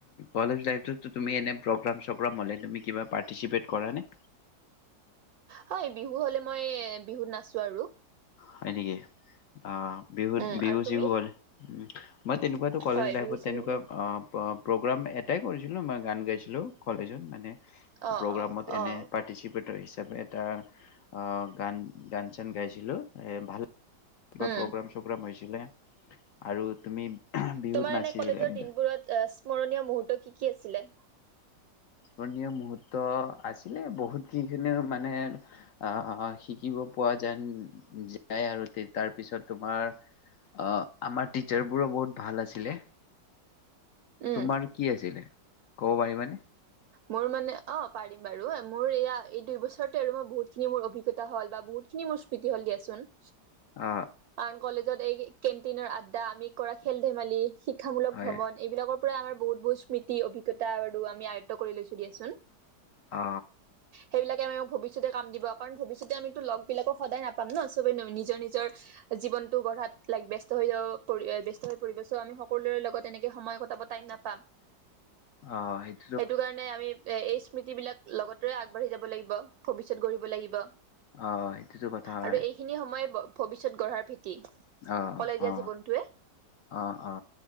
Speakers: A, on the left; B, on the right.
A: কলেজ লাইফটো তুমি এনে প্ৰগ্ৰাম চগ্ৰাম হ'লে তুমি কিবা পাৰ্টচিপেট কৰা নে
B: হয় বিহু হলে মই বিহুত নাচো আৰু
A: হয় নেকি অ বিহুত
B: উম
A: বিহু
B: আৰু তুমি
A: চিহু হ'ল উম মই তেনেকুৱাতো কলেজ
B: হয়
A: লাইফত
B: বিহু চিহু
A: তেনেকুৱা
B: হলে
A: আ প প্ৰগ্ৰাম এটাই কৰিছিলো মই গান গাইছিলো কলেজত মানে
B: অ
A: প্ৰগ্ৰামত
B: অ
A: এনে
B: অ
A: পাৰ্টিচিপ পেটাৰ হিচাপে এটা অ গান গান চান গাইছিলো এ ভাল কিবা
B: উম
A: প্ৰগ্ৰাম চগ্ৰাম হৈছিলে আৰু তুমি বিহুত
B: তোমাৰ
A: নাচিছিলা
B: এনে কলেজৰ দিনবোৰত স্মৰণীয় মুহুৰ্ত কি কি আছিলে
A: স্মৰণীয় মুহূৰ্ত আছিলে বহুত কিখিনিও মানে আহ শিকিব পোৱা যেন যায় আৰু তাৰ পিছত তোমাৰ আহ আমাৰ টিচাৰবোৰো বহুত ভাল আছিলে
B: উম
A: তোমাৰ কি আছিলে ক'ব পাৰিবানে
B: মোৰ মানে অ পাৰিম বাৰু মোৰ এয়া এই দুই বছৰতে আৰু মই বহুতখিনি মোৰ অভিজ্ঞতা হ'ল বা বহুত খিনি মোৰ <unintelligible> হল দিয়াচোন
A: অ
B: কাৰণ কলেজত এই কেণ্টিনৰ আড্ডা আমি কৰা খেল ধেমালি শিক্ষামূলক
A: হয়
B: ভ্ৰমণ এইবিলাকৰ পৰা আমাৰ বহুত বহুত স্মৃতি অভিজ্ঞতা আৰু আমি আয়ত্ব কৰি লৈছো দিয়াচোন
A: অ
B: সেইবিলাকে আমাক ভৱিষ্যতে কাম দিব কাৰণ ভৱিষ্যতে আমিতো লগ বিলাকো সদায় নাপাম ন চবেই নিজৰ নিজৰ জীৱনটো গঢ়াত লাইক ব্যস্ত হৈ যাব পৰি ব্যস্ত হৈ পৰিব চ আমি সকলোৰে লগত এনেকে সময় কটাব টাইম নাপাম
A: অ সেই
B: সেইটো কাৰণে আমি এই স্মৃতি বিলাক লগতে আগবঢ়ি যাব লাগিব ভৱিষ্যত গঢ়িব লাগিব
A: অ সেইটোতো কথা
B: আৰু
A: হয়
B: এইখিনি সময়ে ভৱিষ্যত গঢ়াৰ ভেটি
A: অ
B: কলেজীয়া
A: অ
B: জীৱনটোৱে
A: অ অ